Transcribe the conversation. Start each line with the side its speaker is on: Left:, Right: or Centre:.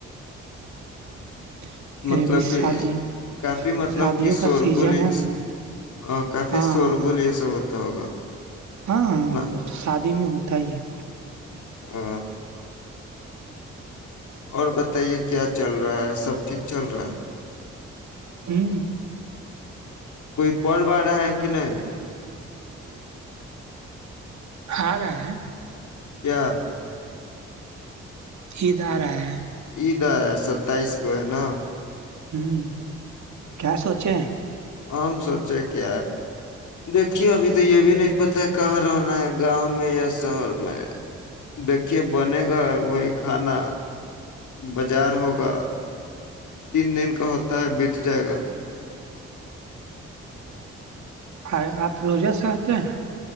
Right: <unintelligible> یہ
Left: مطلب
Right: بھی شادی
Left: کہ کافی مطلب
Right: شادیوں
Left: کہ
Right: کا
Left: شور
Right: سیزن
Left: گلی
Right: ہے
Left: ایسا
Right: نا
Left: ہ کافی
Right: ہاں
Left: شور
Right: ہاں
Left: گلی ایسا ہوتا ہوگا
Right: ہاں ہاں
Left: نا
Right: وہ تو شادی میں ہوتا ہی ہے
Left: آ اور بتائیے کیا چل رہا ہے سب ٹھیک چل رہا ہے
Right: ہوں
Left: کوئی پرو آ رہا ہے کہ نہیں
Right: ہ <inaudible> آ رہ <inaudible>
Left: کیا
Right: ایک جا رہا ہے
Left: ادھر ہے ستائیس کو ہے نا
Right: ہوں کیا سوچیں
Left: ہم سوچے کیا ہے دیکھیے ابھی تو یہ بھی نہیں پتا ہے کہاں رہنا ہے گاؤں میں یا شہر میں دیکے بنے گا وہی کھانا بازار ہوگا تین دن کا ہوتا ہے بیت جائے گا
Right: ہ آپ روجہ سے آتے ہیں